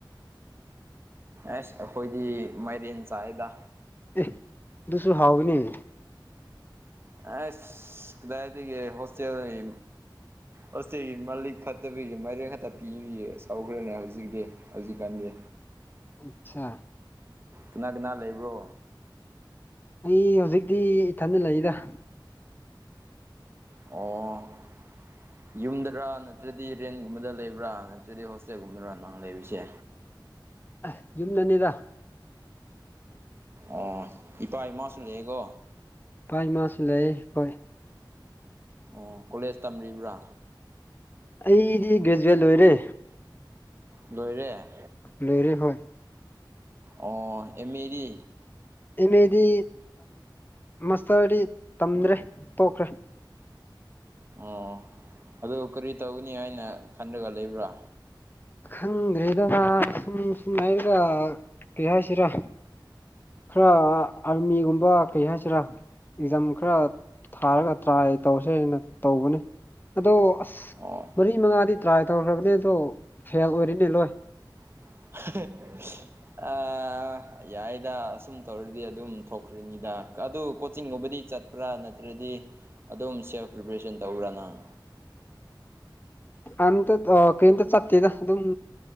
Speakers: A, on the right; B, on the left.
A: ꯑꯁ ꯑꯩꯈꯣꯏꯗꯤ ꯃꯥꯏꯔꯦꯟ ꯆꯥꯏꯗ
B: ꯑꯦ ꯗꯨꯁꯨꯁꯨ ꯍꯥꯎꯋ‌ꯦꯅꯦ
A: ꯑꯁ ꯀꯗꯥꯏꯗꯒꯤ ꯍꯣꯁꯇꯦꯜ ꯂꯩ ꯍꯣꯁꯇꯦꯜ ꯃꯜꯂꯤ ꯐ ꯐꯠꯇꯕꯤꯒꯤ ꯃꯔꯦꯡ ꯈꯛꯇ ꯄꯤ ꯆꯥꯎꯈ꯭ꯔꯅꯦ ꯍꯧꯖꯤꯛꯇꯤ ꯍꯧꯖꯤꯛꯀꯥꯟꯗꯤ
B: ꯑꯆꯥ
A: ꯀꯅꯥ ꯀꯅꯥ ꯂꯩꯕ꯭ꯔꯣ
B: ꯑꯩ ꯍꯧꯖꯤꯛꯇꯤ ꯏꯊꯟꯗ ꯂꯩꯗ
A: ꯑꯣ ꯌꯨꯝꯗꯔꯥ ꯅꯠꯇ꯭ꯔꯗꯤ ꯔꯦꯟꯒꯨꯝꯕꯗ ꯂꯩꯕ꯭ꯔꯥ ꯅꯠꯇ꯭ꯔꯗꯤ ꯍꯣꯁꯇꯦꯜꯒꯨꯝꯕꯗꯔꯥ ꯅꯍꯥꯟ ꯂꯩꯔꯤꯁꯦ
B: ꯑ ꯌꯨꯝꯗꯅꯤꯗ
A: ꯑꯣ ꯏꯄꯥ ꯏꯃꯥꯁꯨ ꯂꯩꯑꯦꯒꯣ
B: ꯄꯆ ꯃꯥꯥꯁ ꯂꯩ ꯍꯣꯏ
A: ꯑꯣ ꯀꯣꯂꯦꯖ ꯇꯝꯔꯤꯕ꯭ꯔꯥ
B: ꯑꯩꯗꯤ ꯒ꯭ꯔꯦꯖꯨꯋꯦꯠ ꯂꯣꯏꯔꯦ
A: ꯂꯣꯏꯔꯦ
B: ꯂꯧꯏꯔ‌ꯦ ꯍꯣꯏ
A: ꯑꯣ ꯑꯦꯝ ꯑ‌ꯦ ꯗꯤ
B: ꯑꯦꯝ ꯑꯦꯗꯤ ꯃꯥꯁꯇꯔꯗꯤ ꯇꯝꯗ꯭ꯔꯦ ꯇꯣꯛꯈ꯭ꯔꯦ
A: ꯑꯣ ꯑꯗꯨ ꯀꯔꯤ ꯇꯧꯒꯅꯤ ꯍꯥꯏꯅ ꯈꯟꯔꯒ ꯂꯩꯕ꯭ꯔꯥ
B: ꯈꯪꯗ꯭ꯔꯦꯗꯅ ꯃꯥ ꯁꯨꯝ ꯁꯨꯝ ꯍꯥꯏꯒ ꯀꯩ ꯍꯥꯏꯁꯤꯔꯥ ꯈꯔ ꯑꯥꯔꯃꯤꯒꯨꯝꯕ ꯀꯩ ꯍꯥꯏꯁꯤꯔꯥ ꯑꯦꯛꯖꯥꯝ ꯈꯔ ꯊꯥꯔꯒ ꯇ꯭ꯔꯥꯏ ꯇꯧꯁꯦꯅ ꯇꯧꯕꯅꯤ ꯑꯗꯣ ꯑꯁ
A: ꯑꯣ
B: ꯃꯔꯤ ꯃꯉꯥꯗꯤ ꯇ꯭ꯔꯥꯏ ꯇꯧꯈ꯭ꯔꯕꯅꯦ ꯑꯗꯣ ꯐꯦꯜ ꯑꯣꯏꯔꯤꯅꯦ ꯂꯣꯏ
A: <unintelligible> ꯌꯥꯏꯗ ꯑꯁꯨꯝ ꯇꯧꯔꯗꯤ ꯑꯗꯨꯝ ꯊꯣꯛꯈ꯭ꯔꯤꯅꯤꯗ ꯑꯗꯨ ꯀꯣꯆꯤꯡꯒꯨꯝꯕꯗꯤ ꯆꯠꯄ꯭ꯔꯥ ꯅꯠꯇ꯭ꯔꯗꯤ ꯑꯗꯨꯝ ꯁꯦꯜꯐ ꯄ꯭ꯔꯤꯄꯦꯔꯦꯁꯟ ꯇꯧꯕ꯭ꯔꯥꯅꯪ
B: ꯑꯝꯇ ꯀꯩꯝꯇ ꯆꯠꯇꯦꯗ ꯑꯗꯨꯝ